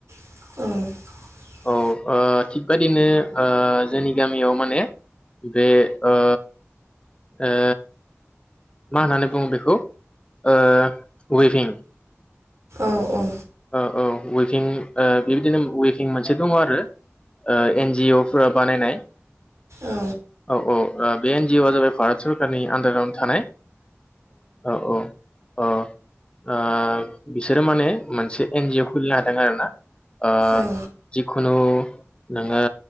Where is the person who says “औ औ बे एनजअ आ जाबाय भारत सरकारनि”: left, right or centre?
Left